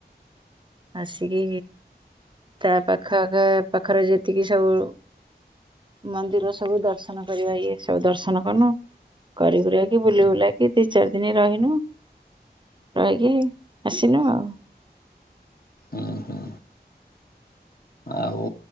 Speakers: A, on the right; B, on the left.
A: ଆସିକି ତା ପାଖ ଆଖ ପାଖରେ ଯେତିକି ସବୁ ମନ୍ଦିର ସବୁ ଦର୍ଶନ କରିବା ଇଏ ସବୁ ଦର୍ଶନ କଲୁ କରି କୁରାକି ବୁଲି ବୁଲାକି ଦି ଚାରି ଦିନ ରହିନୁ ରହିକି ଆସିଲୁ ଆଉ
B: ହୁଁ ହୁଁ ଆଉ